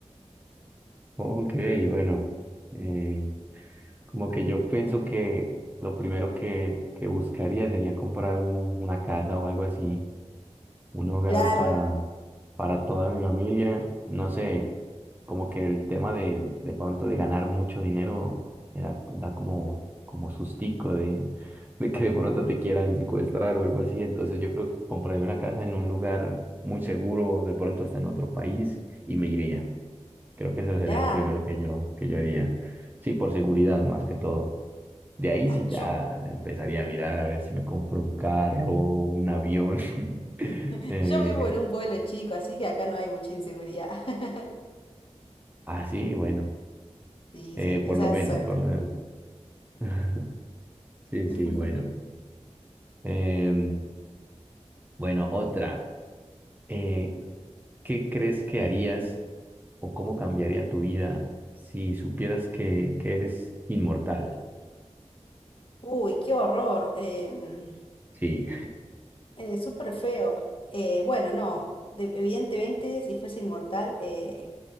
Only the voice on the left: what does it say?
Claro,
mirá,
ah,
yo,
<laughs>
yo vivo en un pueblo chico, así que acá no hay mucha inseguridad. <laughs>
Sí,
sí,
esa
es
suerte.
<laughs>
Uy, qué horror. em,
eh, súper feo. Eh, bueno, no, de- evidentemente si fuese inmortal, eh,